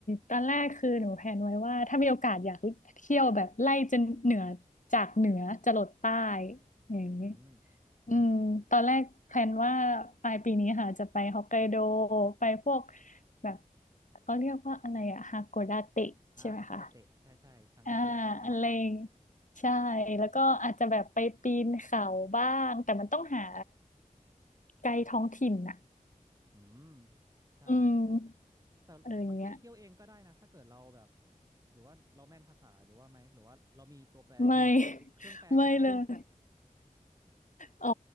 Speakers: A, on the left; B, on the right.
A: ตอนแรกคือหนูแพลนไว้ว่าถ้ามีโอกาสอยากเที่ยวแบบไล่จนเหนือจากเหนือจรดใต้อย่างนี้
B: อืม
A: อืมตอนแรกแพลนว่าปลายปีนี้ค่ะจะไปฮอกไกโดไปพวกแบบเขาเรียกว่าอะไรอะฮาโกดาเตะใช่ไหมคะ
B: อ่ะฮากอดาเตะใช่ใช่ทางใต้ของเกาะ
A: อ่าอะไรใช่แล้วก็อาจจะแบบไปปีนเขาบ้างแต่มันต้องหาไกด์ท้องถิ่นอะ
B: อืมใช่
A: อืม
B: แต่บางทีเที่ยวเองก็ได้นะถ้าเกิดเราแบบ
A: อะไรอย่างเงี้ย
B: หรือว่าเราแม่นภาษาหรือว่าไหมหรือว่าเรามีตัวแปลก็ได้
A: ไม่ <laughs>
B: เครื่องแปลก็ได้
A: ไม่เลย อ๋อ